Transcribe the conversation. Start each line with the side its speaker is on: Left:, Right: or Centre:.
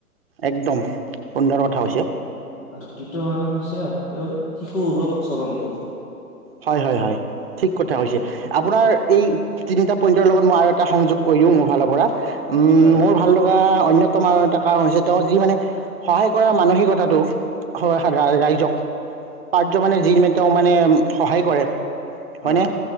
Right: একদম, সুন্দৰ কথা কৈছে।
Left: আৰু দ্বিতীয় কাৰণ হৈছে তেওঁৰ শিশু সুলভ আচৰণবোৰ।
Right: হয়, হয়, হয়, ঠিক কথা কৈছে, আপোনাৰ এই তিনিটা পইণ্টৰ লগত মই আৰু এটা সংযোগ কৰি দিওঁ মোৰ ফালৰ পৰা। উম,
Left: হয়
Right: মোৰ ভাল লগা অন্যতম আৰু এটা কাৰণ হৈছে, তেওঁ যি মানে সহায় কৰাৰ মানসিকতাটো হয় ৰাইজক পাৰ্য মানে যি তেওঁ মানে সহায় কৰে
Left: হয়
Right: হয়নে?